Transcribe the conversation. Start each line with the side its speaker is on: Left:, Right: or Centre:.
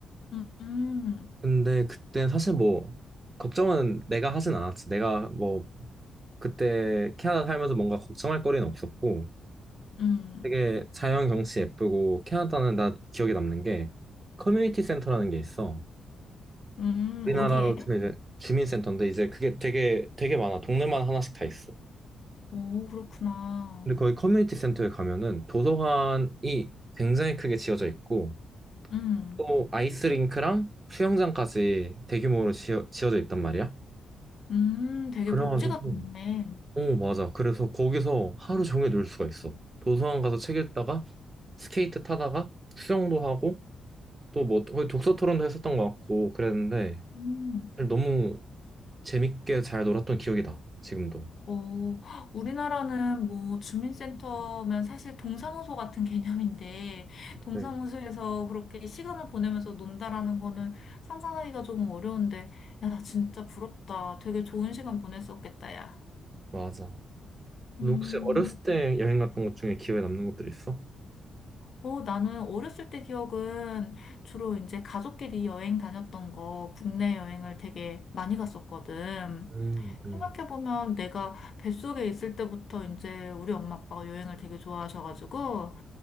Left: 음, 음,
Right: 근데 그때 사실 뭐, 걱정은 내가 하진 않았지. 내가 뭐, 그때 캐나다 살면서 뭔가 걱정할 거리는 없었고,
Left: 음,
Right: 되게 자연 경치 예쁘고 캐나다는 나 기억에 남는 게 커뮤니티 센터라는 게 있어.
Left: 음,
Right: 우리나라로
Left: 어디에?
Right: 치면 이제 주민센터인데 이제 그게 되게 되게 많아. 동네마다 하나씩 다 있어.
Left: 오, 그렇구나.
Right: 근데 거기 커뮤니티 센터에 가면은 도서관이 굉장히 크게 지어져 있고
Left: 음,
Right: 또 아이스링크랑 수영장까지 대규모로 지어, 지어져 있단 말이야.
Left: 음, 되게
Right: 그래가지고
Left: 복지가 좋네.
Right: 어 맞아. 그래서 거기서 하루 종일 놀 수가 있어. 도서관 가서 책 읽다가 스케이트 타다가 수영도 하고 또 뭐 독서 토론도 했었던 것 같고 그랬는데
Left: 음.
Right: 사실 너무 재밌게 잘 놀았던 기억이 나 지금도
Left: 어, 우리나라는 뭐 주민센터면 사실 동사무소 같은 <laughs> 개념인데, 동사무소에서
Right: 네.
Left: 그렇게 시간을 보내면서 논다라는 거는 상상하기가 조금 어려운데, 야, 나 진짜 부럽다. 되게 좋은 시간 보냈었겠다, 야.
Right: 맞아 너
Left: 음,
Right: 혹시 어렸을 때 여행 갔던 것 중에 기억에 남는 것들 있어?
Left: 어, 나는 어렸을 때 기억은 주로 이제 가족끼리 여행 다녔던 거, 국내 여행을 되게 많이 갔었거든.
Right: 음, 음.
Left: 생각해보면 내가 뱃속에 있을 때부터 이제 우리 엄마 아빠가 여행을 되게 좋아하셔가지고,